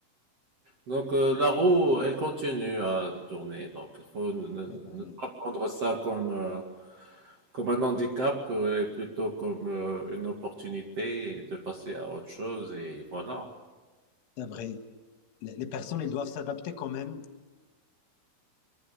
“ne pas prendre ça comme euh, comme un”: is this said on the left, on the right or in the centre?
Right